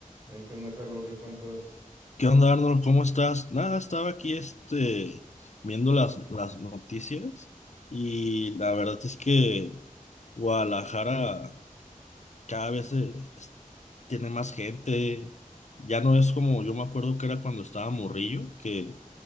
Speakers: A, on the right; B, on the left.
A: Hay que onda, Carlos, ¿qué cuentas?
B: ¿Qué onda, Arnold? ¿Cómo estás? Nada, estaba aquí este, viendo las, las noticias y la verdad es que Guadalajara cada vez eh, es- tiene más gente. Ya no es como yo me acuerdo que era cuando estaba morrillo, que